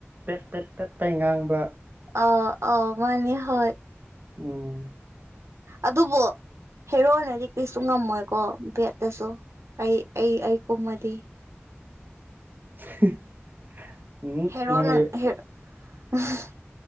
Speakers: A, on the right; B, on the right.
A: ꯄꯦꯛ ꯄꯦꯛ ꯄ‌ꯦꯛ ꯉꯥꯡꯕ
B: ꯑ ꯑ ꯃꯥꯅꯤ ꯍ‌ꯣꯏ
A: ꯎꯝ
B: ꯑꯗꯨꯕꯨ ꯍꯦꯔꯣꯅꯗꯤ ꯀꯩꯁꯨ ꯉꯝꯃꯣꯏꯀꯣ ꯕꯦꯠꯅꯁꯨ ꯑꯩ ꯑꯩ ꯑꯩ ꯀꯨꯝꯃꯗꯤ
A: <unintelligible>
B: ꯍꯦꯔꯣꯅ
A: ꯅꯪꯒꯤ
B: ꯍꯦ <unintelligible>